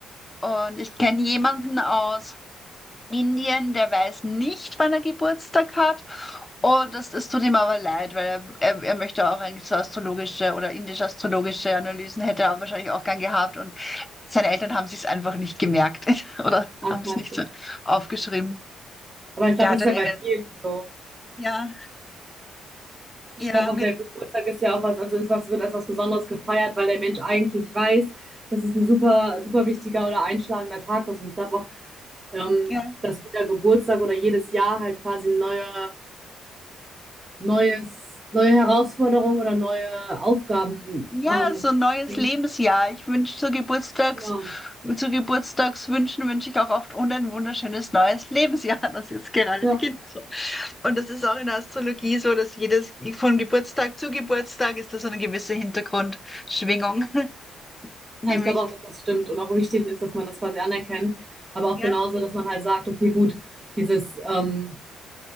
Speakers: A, on the left; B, on the right.
A: Und ich kenne jemanden aus Indien, der weiß nicht, wann er Geburtstag hat. Und das, das tut ihm aber leid, weil er, er, er möchte auch eigentlich so astrologische oder indisch-astrologische Analysen hätte er wahrscheinlich auch gern gehabt. Und seine Eltern haben sich's einfach nicht gemerkt <laughs> oder
B: Atmen.
A: haben es nicht so aufgeschrieben.
B: Aber ich
A: Der
B: glaube,
A: hat
B: das ist
A: dann
B: ja
A: irgendeinen,
B: bei vielen so.
A: ja,
B: Ich
A: ja,
B: glaube
A: mit-
B: auch, der Geburtstag ist ja auch was, also ist was, wird als was Besonderes gefeiert, weil der Mensch eigentlich weiß, dass es ein super, super wichtiger oder einschlagender Tag ist. Und ich glaube auch, ähm,
A: ja.
B: dass jeder Geburtstag oder jedes Jahr halt quasi eine neue, neues, neue Herausforderung oder neue Aufgaben,
A: Ja,
B: ähm,
A: so ein neues
B: bringt.
A: Lebensjahr. Ich wünsche zu Geburtstags,
B: Genau.
A: zu Geburtstagswünschen wünsche ich auch oft und ein wunderschönes neues Lebensjahr, <laughs> das jetzt gerade
B: Ja.
A: beginnt. So. Und das ist auch in der Astrologie so, dass jedes von Geburtstag zu Geburtstag ist das so eine gewisse Hintergrundschwingung. <laughs> Nämlich,
B: Ja, ich glaube auch, dass das stimmt und auch wichtig ist, dass man das quasi anerkennt, aber auch
A: ja,
B: genauso, dass man halt sagt, okay, gut, dieses, ähm,